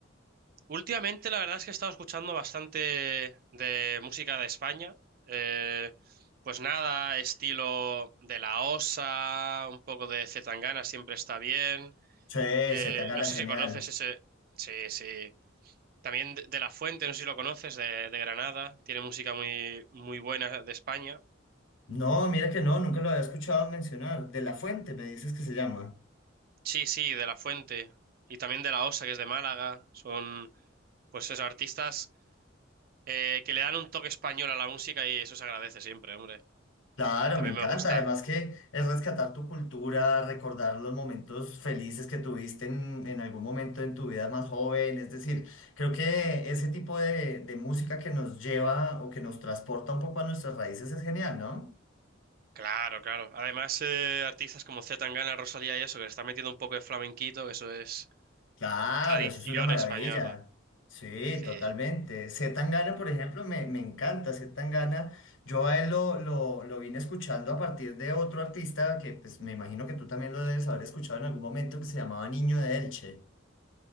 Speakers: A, on the right; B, on the left.
A: Últimamente la verdad es que he estado escuchando bastante de música de España. eh, pues nada, estilo de La Osa, un poco de C. Tangana siempre está bien.
B: Sí,
A: Eh,
B: Z Tangana,
A: no sé
B: genial.
A: si conoces ese. Sí, sí. También de, de La Fuente, no sé si lo conoces, de, de Granada. Tiene música muy, muy buena de España.
B: No, mira que no, nunca lo había escuchado mencionar. De La Fuente, me dices que se llama.
A: Sí, sí, de La Fuente. Y también de La Osa, que es de Málaga. Son, pues esos artistas eh, que le dan un toque español a la música y eso se agradece siempre, hombre.
B: Claro,
A: También
B: me encanta.
A: me gusta.
B: Además que es rescatar tu cultura, recordar los momentos felices que tuviste en, en algún momento en tu vida más joven. Es decir, creo que ese tipo de, de música que nos lleva o que nos transporta un poco a nuestras raíces es genial, ¿no?
A: Claro, claro. Además, eh, artistas como C. Tangana, Rosalía y eso, que le están metiendo un poco de flamenquito, que eso es
B: Claro,
A: tradición
B: eso es una maravilla.
A: española.
B: Sí,
A: Sí.
B: totalmente. C. Tangana, por ejemplo, me, me encanta. C. Tangana, yo a él lo, lo, lo vine escuchando a partir de otro artista que pues, me imagino que tú también lo debes haber escuchado en algún momento que se llamaba Niño de Elche.